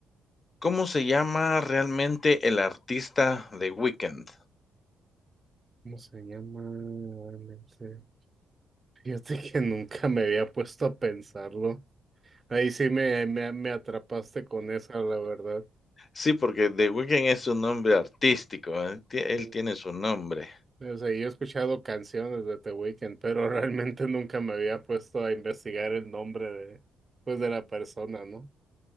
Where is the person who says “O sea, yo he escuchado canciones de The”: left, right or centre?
Right